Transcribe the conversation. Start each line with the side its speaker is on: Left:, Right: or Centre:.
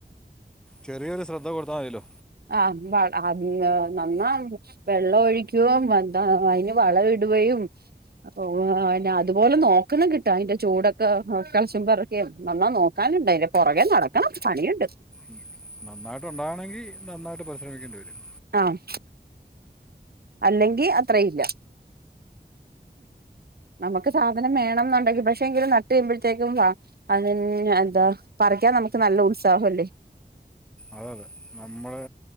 Centre: ചെറിയൊരു ശ്രദ്ധ കൊടുത്താ മതിയല്ലോ
Right: ആഹ്‌ അത് നന്നാ വെള്ളം ഒഴിക്കുവേയും എന്താ അതിന് വളം ഇടുകയും അപ്പോ അയിനെ അതുപോലെ നോക്കണം കിട്ടാൻ അതിന്റെ ചൊവടൊക്കെ കെളച്ചും പെറക്കിയും നന്നാ നോക്കാനുണ്ട് അതിന്റെ പുറകെ നടക്കണം പണിയുണ്ട്
Centre: ഉം നന്നായിട്ട് ഉണ്ടാകണമെങ്കിൽ നന്നായിട്ട് പരിശ്രമിക്കേണ്ടി വരും
Right: ആഹ്‌ അല്ലെങ്കിൽ അത്രയില്ല നമുക്ക് സാധനം വേണോന്നുണ്ടെങ്കിൽ പക്ഷെ എങ്കിലും നട്ട് കഴിയുമ്പോഴത്തേക്കും വാ അതന്നെ അതാ പറിക്കാൻ നമുക്ക് നല്ല ഉത്സാഹം അല്ലേ
Centre: അതെ അതെ നമ്മടെ